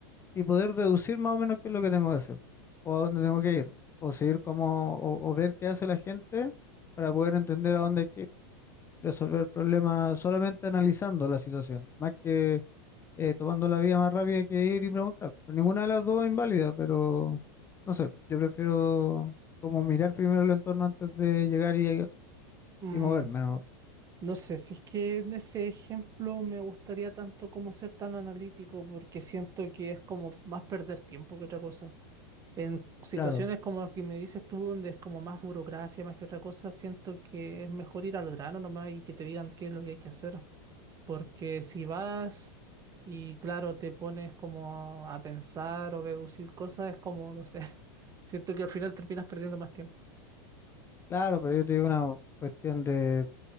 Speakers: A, on the left; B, on the right.
A: y poder deducir más o menos qué es lo que tengo que hacer, o a dónde tengo que ir, o seguir como, o, o ver qué hace la gente para poder entender a dónde hay que ir, resolver el problema solamente analizando la situación, más que eh, tomando la vía más rápida que ir y preguntar. Pero ninguna de las dos es inválida, pero no sé, yo prefiero como mirar primero el entorno antes de llegar y,
B: Mm,
A: y moverme, ¿no?
B: no sé, si es que en ese ejemplo me gustaría tanto como ser tan analítico, porque siento que es como más perder tiempo que otra cosa. En situaciones
A: Claro,
B: como las que me dices tú, donde es como más burocracia, más que otra cosa, siento que es mejor ir al grano nomás y que te digan qué es lo que hay que hacer. Porque si vas y claro, te pones como a pensar o deducir cosas, es como, no sé, <laughs> siento que al final terminas perdiendo más tiempo.
A: claro, pero yo te digo una cuestión de